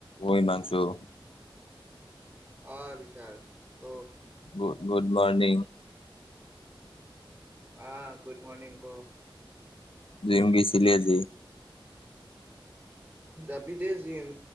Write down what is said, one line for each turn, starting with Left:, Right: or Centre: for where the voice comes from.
Left: মই মানছোঁ।
Right: অ বিশাল ক।
Left: Good good morning.
Right: আ গুড মৰ্নিং ক।
Left: জিম গেইছিলি আজি?
Right: যাবি দেই জিম